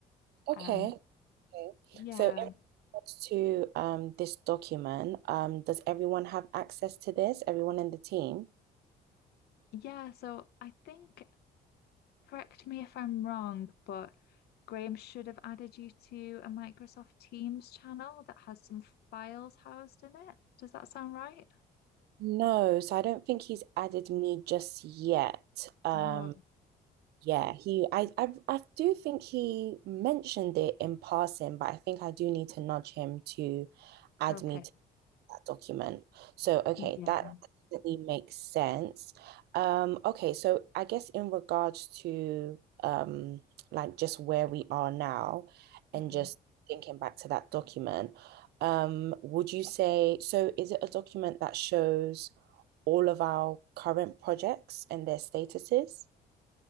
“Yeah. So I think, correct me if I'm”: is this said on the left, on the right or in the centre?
Left